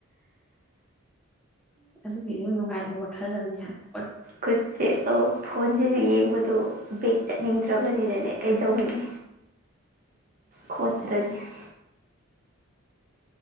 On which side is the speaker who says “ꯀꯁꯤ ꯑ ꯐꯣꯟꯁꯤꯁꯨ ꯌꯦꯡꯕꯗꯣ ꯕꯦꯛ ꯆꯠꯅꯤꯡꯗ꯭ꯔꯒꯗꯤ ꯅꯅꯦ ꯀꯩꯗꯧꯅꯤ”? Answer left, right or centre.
Right